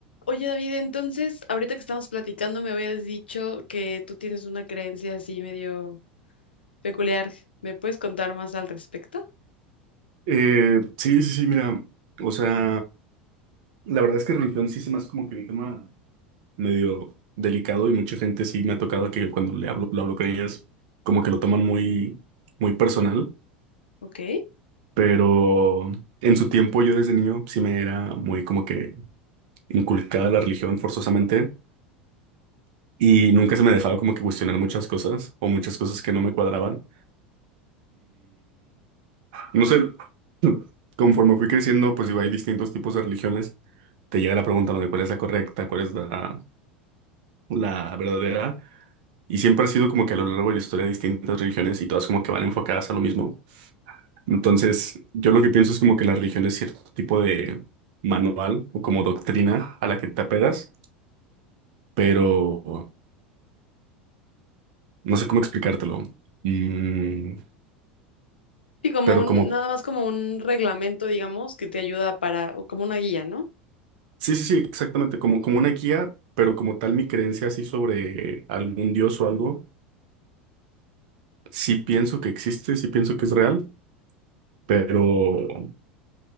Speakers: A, on the left; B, on the right.
A: Oye, David, entonces, ahorita que estamos platicando, me habías dicho que tú tienes una creencia así medio peculiar. ¿Me puedes contar más al respecto?
B: Eh, sí, sí, sí, mira, o sea, la verdad es que religión sí se me hace como que un tema medio delicado y mucha gente sí me ha tocado que cuando le hablo, lo hablo con ellas, como que lo toman muy, muy personal,
A: Ok.
B: pero en su tiempo yo desde niño sí me era muy como que inculcada la religión forzosamente y nunca se me dejaba como que cuestionar muchas cosas o muchas cosas que no me cuadraban No sé, <clears throat> conforme fui creciendo, pues digo, hay distintos tipos de religiones. Te llega la pregunta, ¿no? de cuál es la correcta, cuál es la, la verdadera. Y siempre ha sido como que a lo largo de la historia distintas religiones y todas como que van enfocadas a lo mismo. Entonces, yo lo que pienso es como que la religión es cierto tipo de manual o como doctrina a la que te apegas, pero no sé cómo explicártelo. Mm,
A: Sí, como
B: pero
A: un,
B: como,
A: nada más como un reglamento, digamos, que te ayuda para, o como una guía, ¿no?
B: sí, sí, sí, exactamente, como, como una guía, pero como tal mi creencia así sobre algún dios o algo Sí pienso que existe, sí pienso que es real, pero